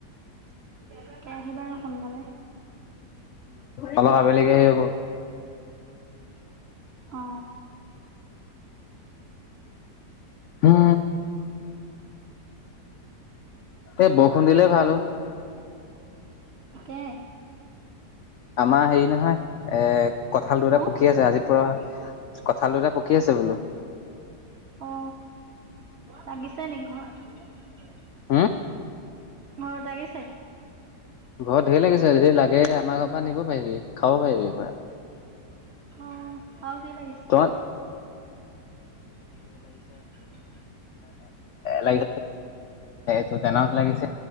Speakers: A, on the right; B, on the left.
A: তাকে আহিবা আৰু সোনকালে
B: উম আবেলিকা হেৰি হ'ব
A: অ
B: উম এই বৰষুণ দিলে ভালো
A: কে
B: আমাৰ হেৰি নহয় এ কঁঠাল দুটা
A: হা
B: পকি আছে আজি পুৰা কথা দুটা পকি আছে বোলো
A: অ লাগিছে নি ঘৰত
B: হু
A: ঘৰত লাগিছে
B: ঘৰত ঢেৰ লাগিছে যদি লাগে আমাৰ ঘৰ পৰা নিব পাৰিবি খাব পাৰিবি পুৰা
A: অ আৰু কি লাগিছে
B: তই
A: <unintelligible>
B: লাগি সটো তে নও লাগিছে